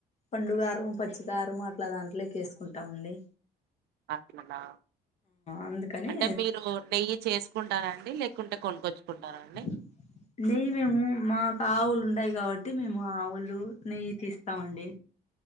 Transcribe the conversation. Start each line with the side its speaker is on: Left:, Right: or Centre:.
Left: పండుగారం పచ్చికారము అట్లా దాంట్లేకి ఏసుకుంటామండి
Right: అట్లానా
Left: అందుకని
Right: అంటే మీరు నెయ్యి చేసు కుంటారా అండి లేకుంటే కొనుకొచ్చుకుంటారా అండి
Left: <unintelligible> <inaudible> నెయ్యి మేము మాకు ఆవులు ఉండయి కాబట్టి మేము ఆవులు నెయ్యి తీస్తామండి